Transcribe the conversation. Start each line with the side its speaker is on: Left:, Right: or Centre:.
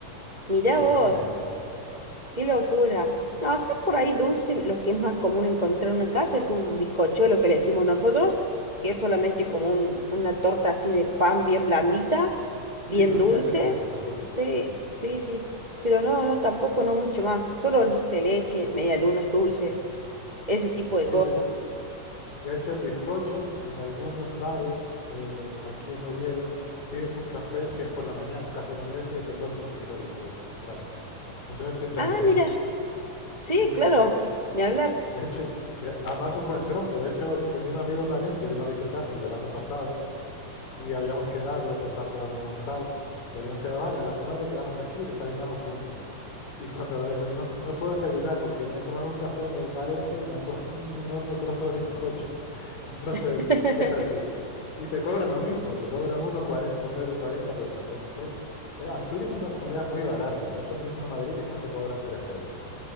Right: mirá
Left: Y está
Right: vos,
Left: muy bien también.
Right: qué locura. No, acá por ahí dulce, lo que es más común encontrar en una casa es un bizcochuelo que le decimos nosotros, que es solamente como un- una torta así de pan bien blandita,
Left: Sí,
Right: bien dulce.
Left: sí, aquí también se consume.
Right: Sí, sí, sí. Pero no, no, tampoco, no mucho más. Solo el dulce de leche, medialunas dulces, ese tipo de
Left: Sí,
Right: cosas.
Left: de, de hecho el bizcocho en algunos bares eh, aquí en Oviedo pides un café, si es por la mañana, un café con leche y te ponen un trozo de bizcocho gratis. Entonces sienta
Right: Ah,
Left: muy bien.
Right: mira, sí,
Left: Sí, sí.
Right: claro, ni hablar.
Left: De hecho, y a- además un buen trozo. De hecho, tenía un amigo en Valencia y vino a visitarme el verano pasado y habíamos quedado, él se estaba quedando en un hostal y habíamos quedado, vale, a las nueve quedamos aquí y desayunamos juntos. Y cuando lo dijo, no, no puedo desayunar porque me he tomado un café en el bar este y me han puesto un enorme trozo de bizcocho. <laughs> Entonces,
Right: <laughs>
Left: es así. Y te cobran lo mismo, te cobran uno cuarenta un euro cuarenta por el café con leche. Eh, Asturias es una comunidad muy barata, eso mismo en Madrid quizás te cobran 3 euros